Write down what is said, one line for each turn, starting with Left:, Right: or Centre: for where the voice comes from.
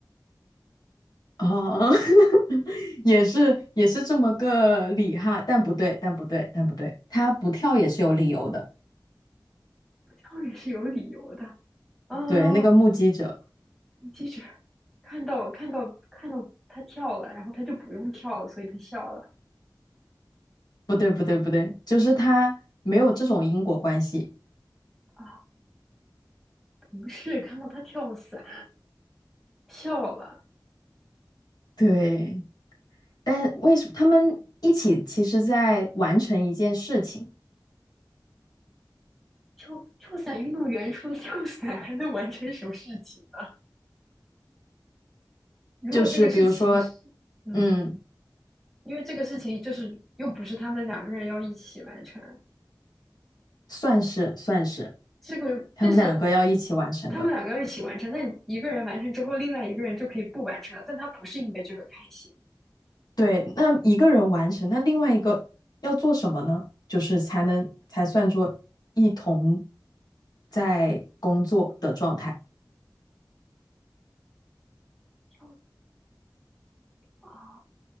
Left: 哦，<laughs> 也是也是这么个理哈，但不对，但不对，但不对，他不跳也是有理由的。
Centre: 跳也是有理由的。啊、
Left: 对，那个目击者，
Centre: 记者看到看到看到他跳了，然后他就不用跳了，所以他笑了。
Left: 不对，不对，不对，就是他没有这种因果关系。
Centre: 啊，同事看到他跳伞，跳了，
Left: 对，但为什么他们一起其实在完成一件事情，
Centre: 跳跳伞运动员除了跳伞还能完成什么事情呢？<laughs> 如果这个事情是，
Left: 就是比如说，
Centre: 嗯，
Left: 嗯。
Centre: 因为这个事情就是又不是他们两个人要一起完成，
Left: 算是算是，
Centre: 这个但是
Left: 他们两个要一起完成的。
Centre: 他们两个要一起完成，那你一个人完成之后，另外一个人就可以不完成了，但他不是因为这个开心
Left: 对，那一个人完成，那另外一个要做什么呢？就是才能才算作一同在工作的状态。
Centre: 跳的啊，